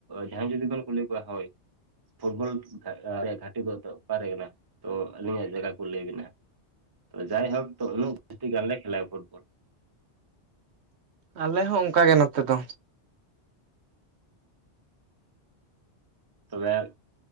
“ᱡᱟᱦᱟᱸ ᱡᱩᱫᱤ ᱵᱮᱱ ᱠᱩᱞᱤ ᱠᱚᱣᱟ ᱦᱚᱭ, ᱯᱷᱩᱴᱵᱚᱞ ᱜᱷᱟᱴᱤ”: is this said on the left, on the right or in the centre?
Right